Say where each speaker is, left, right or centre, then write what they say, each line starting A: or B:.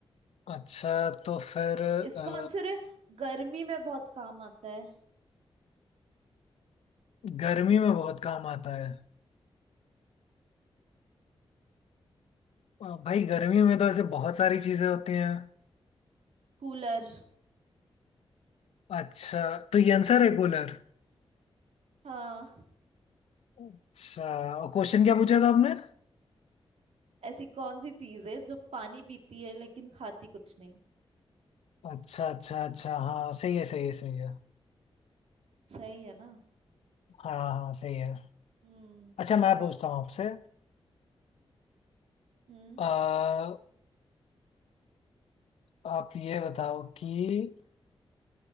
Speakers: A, on the left; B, on the right.
A: अच्छा तो फिर
B: इसका
A: अ,
B: आंसर है गर्मी में बहुत काम आता है
A: गर्मी में बहुत काम आता है आ, भाई गर्मियों में तो ऐसे बहुत सारी चीजें होती हैं
B: कूलर
A: अच्छा तो ये आंसर है कूलर
B: हाँ
A: अच्छा और क्वेश्चन क्या पूछा था आपने
B: ऐसी कौन सी चीज है जो पानी पीती है लेकिन खाती कुछ नहीं
A: अच्छा अच्छा अच्छा हाँ सही है सही है सही है
B: सही है ना
A: हाँ हाँ सही है
B: हम्म
A: अच्छा मैं पूछता हूँ आपसे
B: हम्म
A: आ, आप ये बताओ कि